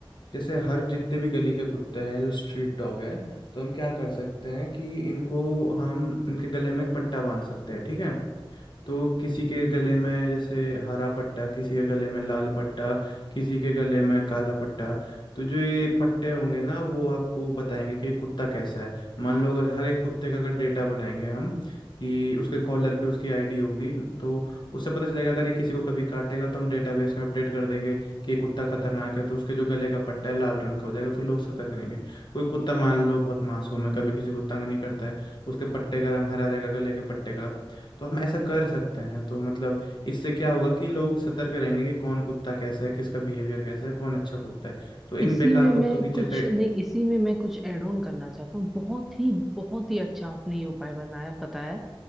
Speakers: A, on the left (about 55°); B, in the centre.
A: जैसे हर जितने भी गली के कुत्ते हैं जो स्ट्रीट डॉग हैं तो हम क्या कर सकते हैं कि इनको हम इनके गले में एक पट्टा बांध सकते हैं ठीक है तो किसी के गले में जैसे हरा पट्टा किसी के गले में लाल पट्टा किसी के गले में काला पट्टा तो जो ये पट्टे होंगे ना वो आपको बताएंगे कि ये कुत्ता कैसा है मान लो अगर हर एक कुत्ते का अगर डेटा बनाएंगे हम कि उसके कॉलर पे उसकी आईडी होगी तो उससे पता चलेगा अगर ये किसी को कभी काटेगा तो हम डेटाबेस में अपडेट कर देंगे कि ये कुत्ता खतरनाक है तो उसके जो गले का पट्टा है लाल रंग का हो जाएगा तो लोग सतर्क रहेंगे कोई कुत्ता मान लो बहुत मासूम है कभी किसी को तंग नहीं करता है उसके पट्टे का रंग हरा रहेगा गले के पट्टे का तो हम ऐसा कर सकते हैं तो मतलब इससे क्या होगा कि लोग सतर्क रहेंगे कि कौन कुत्ता कैसा है किसका बिहेवियर कैसा है कौन अच्छा कुत्ता है तो इन
B: इसी
A: बेकार
B: में
A: कुत्तों
B: मैं
A: की चपेट
B: कुछ नहीं इसी में मैं कुछ ऐड ऑन करना चाहता हूँ बहुत ही बहुत ही अच्छा आपने ये उपाय बनाया बताया है।